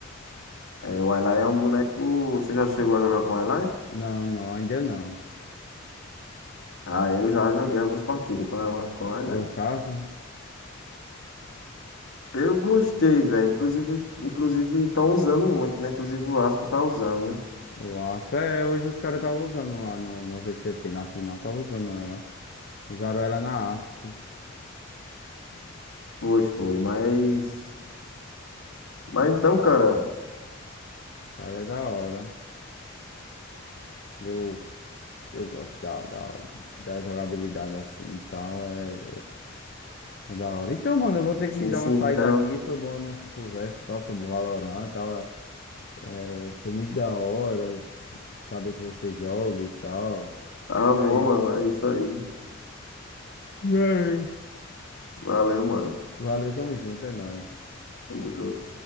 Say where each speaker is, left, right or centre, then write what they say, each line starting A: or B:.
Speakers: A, on the left (about 85°); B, on the left (about 50°).
A: é, o Ally é um boneco. Você já chegou a jogar com o Ally?
B: Não, não, ainda não.
A: Ah, eu já joguei algumas partidas com, a, com o Ally.
B: Gostasse?
A: Eu gostei, velho. Inclusive, inclusive estão usando muito, né? Inclusive o Aspas tá usando, né?
B: O Aspa. É, hoje os caras estavam usando lá no, no VCT, na final, estavam usando ela. Usaram ela na Asset.
A: Foi, foi. Mas. Mas então, cara.
B: Ela é da hora. Eu, eu gosto da, da, da jogabilidade assim e tal. É, é da hora. Então, mano, eu vou ter
A: Sim,
B: que dar
A: sim,
B: uma saída
A: então.
B: aqui. Foi boa a nossa conversa e tal sobre o Valorant. Tava, é, foi muito da hora. saber que você joga e tal.
A: Tá
B: E
A: bom,
B: é isso.
A: mano. É isso aí.
B: Valeu.
A: Valeu, mano.
B: Valeu, tamo junto, é nóis.
A: Tamo junto.